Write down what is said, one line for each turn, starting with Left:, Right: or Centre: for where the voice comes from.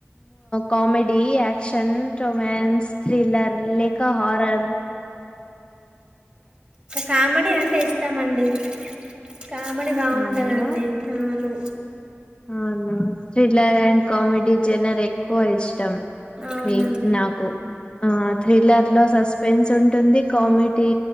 Left: కామెడీ యాక్షన్ రోమాన్స్ థ్రిలర్ లేక హారర్
Right: కామెడీ అంటే ఇస్టమండి కామెడీ బాగుంటదండి
Left: అవును
Right: అవును
Left: అవునా థ్రిల్లర్ అండ్ కామెడీ జనర్ ఎక్కువ ఇష్టం
Right: అవునండి
Left: మీ నాకు ఆ ్రిలర్ లో సస్ స్న్స్ ఉంటుంది కామెడీ